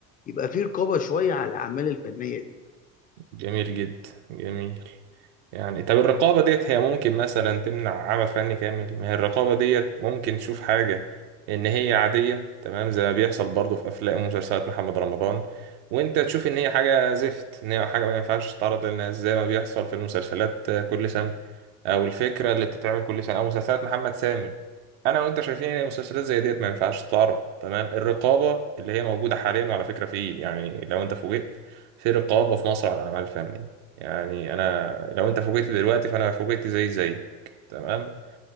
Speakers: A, on the left (about 20°); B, on the right (about 75°).
A: يبقى في رقابه شويه على الاعمال الفنيه دي
B: جميل جدا جميل يعني طب الرقابة ديت هي ممكن مثلا تمنع عمل فني كامل ما هي الرقابة ديت ممكن تشوف حاجة إن هي عادية تمام زي ما بيحصل برضه في أفلام ومسلسلات محمد رمضان وأنت تشوف إن هي حاجة زفت إن هي حاجة ما ينفعش تتعرض للناس زي ما بيحصل في المسلسلات كل سنة أو الفكرة اللي بتتعمل كل سنة أو مسلسلات محمد سامي أنا وأنت شايفين إن المسلسلات زي ديت ما ينفعش تتعرض تمام الرقابة اللي هي موجودة حاليا وعلى فكرة في يعني لو أنت فوجئت في رقابة في مصر على الأعمال الفنية يعني أنا لو أنت فوجئت دلوقتي فأنا فوجئت زي زي تمام